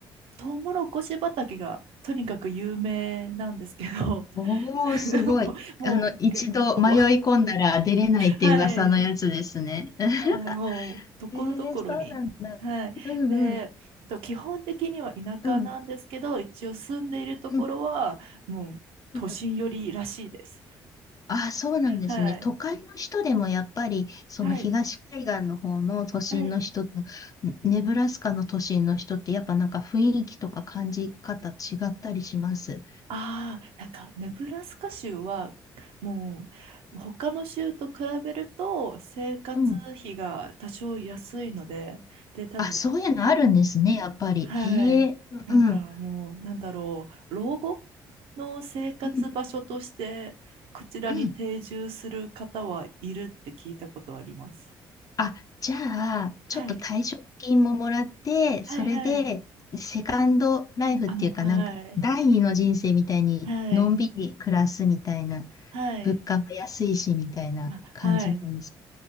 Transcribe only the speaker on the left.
おお、
すごい。
あの、
一度迷い込んだら出れないって噂のやつですね。
<laughs>
えー、そうなんだ。
うんうん。
うんうん
うん。
うんああ、そうなんですね。
都会の人でもやっぱり、その東海岸の方の都心の人と、
ねネブラスカの都心の人って、やっぱなんか雰囲気とか感じ方違ったりします。
うん。
あ、そういうのあるんですね、やっぱり。
へえ、うん、
うん、
うん、
うん。あ、じゃあ、ちょっと退職金ももらって、
それで、
セカンドライフっていうか、
なんか、第二の人生みたいに、
のんびり暮らすみたいな、
物価も安いし、みたいな感じなんです